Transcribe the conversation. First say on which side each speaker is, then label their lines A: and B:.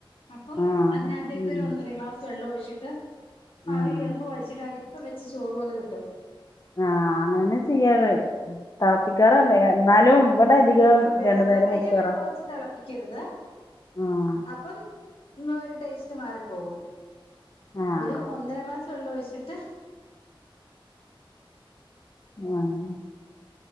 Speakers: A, on the left; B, on the left.
A: അപ്പം
B: ആഹ്
A: അതിനകത്തേക്ക്
B: ഉം
A: ഒരു ഒന്നര ഗ്ലാസ് വെള്ളം ഒഴിച്ചിട്ട്
B: ആഹ്
A: ആവി കേറുമ്പോ വടിച്ചിട്ടാതി ഇപ്പൊ വെച്ച ചോറ് പോലെ കിട്ടും
B: ആഹ്. അങ്ങനെന്നെ ചെയ്യാറ്. തെളപ്പിക്കാറുണ്ട്. എന്നാലും ഇവിടെ അധികം
A: അതെ.
B: രണ്ടു
A: അ നറയെ
B: നേരം വെക്കാറാ
A: വെള്ള ഒഴിച്ച് തിളപ്പിക്കരുത്.
B: ആഹ്
A: അപ്പം ഇങ്ങ ഒരു ടേസ്റ്റ് മാറിപ്പോവും
B: ആഹ്
A: ഒരു ഒന്നര ഗ്ലാസ് വെള്ളഒഴിച്ചിട്ട്
B: ആഹ് അങ്ങനെ